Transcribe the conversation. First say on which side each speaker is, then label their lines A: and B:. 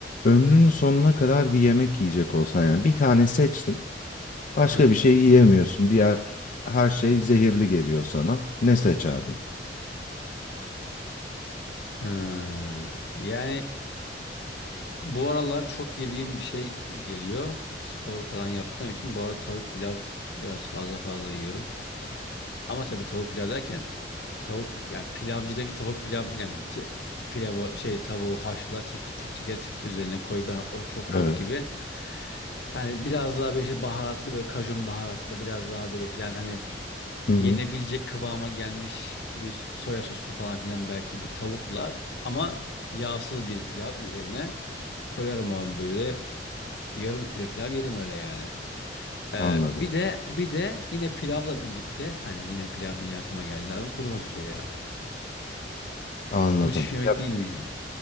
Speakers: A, on the left; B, on the left.
A: Ömrünün sonuna kadar bir yemek yiyecek olsan yani bir tane seçtin, başka
B: Hı hı.
A: bir şey yiyemiyorsun. Diğer her şey zehirli geliyor sana. Ne seçerdin?
B: Ha, Yani bu aralar çok yediğim bir şey geliyor. Spor falan yaptığım için bu arada tavuk pilav biraz fazla fazla yiyorum. Ama tabii tavuk pilav derken tavuk yani pilavcıdaki tavuk pilav değil yani Ti- pilavı şey tavuğu haşla tiftik tiftik et üzerine koy ben o çok
A: Evet.
B: ot gibi. Yani biraz daha böyle işte baharatlı böyle kajun baharatlı biraz daha böyle filan hani
A: Hı
B: yenebilecek
A: hı,
B: kıvama gelmiş bir soya soslu falan filan belki bir tavukla ama yağsız bir pilav üzerine koyarım abi böyle yarım kilo pilav yerim öyle yani. Ee,
A: anladım.
B: bir de bir de yine pilavla birlikte hani yine pilav deyince aklıma geldi abi kuru fasulye ya.
A: Anladım.
B: Müthiş bir yemek
A: Ya
B: değil mi ya?